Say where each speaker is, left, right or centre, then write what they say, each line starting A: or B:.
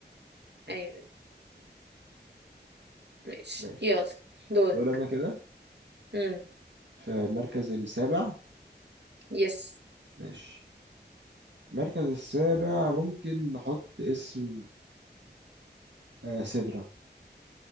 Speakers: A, on the right; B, on the right.
A: ايوه أيوة. ماشي
B: ماشي
A: يلا دورك
B: دول أنا كده
A: امم
B: في المركز السابع
A: يس
B: ماشي المركز السابع ممكن نحط اسم آه سدرة